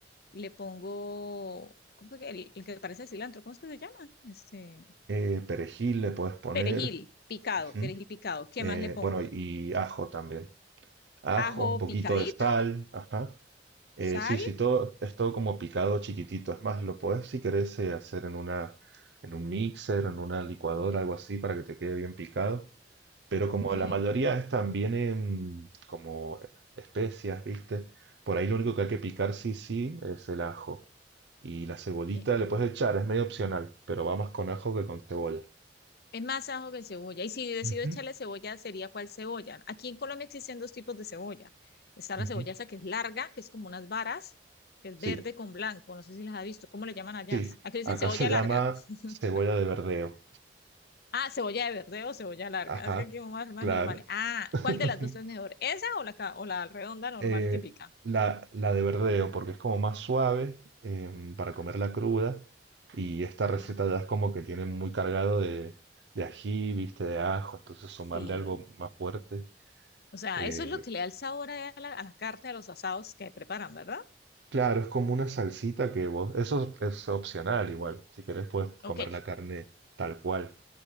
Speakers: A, on the left (about 60°); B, on the right (about 70°).
A: le pongo, ¿cómo fue que el, el que parece cilantro? ¿Cómo es que se llama? Este,
B: Eh, perejil le puedes poner,
A: perejil picado,
B: ujú.
A: perejil picado. ¿Qué
B: Eh,
A: más le pongo?
B: bueno, y ajo también. ajo,
A: Ajo
B: un poquito
A: picadito,
B: de sal, ajá. Eh,
A: sal.
B: sí, sí, todo, es todo como picado chiquitito. Es más, lo puedes, si querés, eh, hacer en una, en un mixer, en una licuadora, algo así, para que te quede bien picado. Pero
A: Ok.
B: como la mayoría están, vienen como especias, ¿viste? Por ahí lo único que hay que
A: Ah,
B: picar, sí, sí, es el ajo. Y la cebolita
A: e- Es,
B: le puedes
A: más
B: echar, es medio opcional, pero va más con ajo que con cebolla.
A: es más ajo que cebolla. Y si decido
B: Ujú,
A: echarle cebolla, ¿sería cuál cebolla? Aquí en Colombia existen dos tipos de cebolla. Está
B: ujú.
A: la cebolla esa que es larga, que es como unas varas, que es
B: Sí,
A: verde con blanco. No sé si las ha visto. ¿Cómo le llaman allá?
B: sí.
A: Aquí dicen
B: Acá
A: cebolla
B: se llama
A: larga. <laughs>
B: cebolla de verdeo.
A: Ah, cebolla de verde o cebolla larga.
B: Ajá,
A: Es que aquí más, más
B: claro.
A: normal. Ah,
B: <laughs>
A: ¿cuál de las dos es mejor? ¿Esa o la, ca- o la redonda normal
B: Eh,
A: típica?
B: la, la de verdeo, porque es como más suave em, para
A: Ah,
B: comerla cruda. Y esta
A: ah,
B: receta
A: ok.
B: ya es como que tiene muy cargado de, de ají, viste, de ajo. Entonces sumarle
A: Sí.
B: algo más fuerte.
A: O sea,
B: eh,
A: eso es lo que le da el sabor a la, a la carne, a los asados que preparan, ¿verdad?
B: claro, es como una salsita que vos... Eso es, es opcional igual. Si querés puedes
A: Ok,
B: comer la carne tal cual.